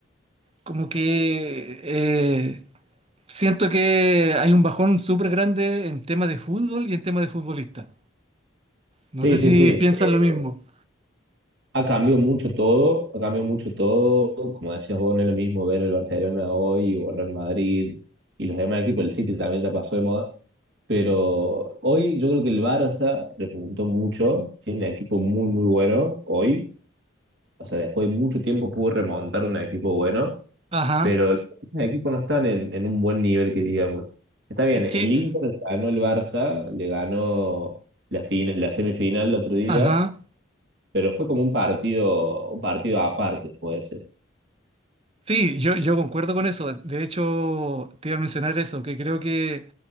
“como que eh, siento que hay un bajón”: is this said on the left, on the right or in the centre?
Right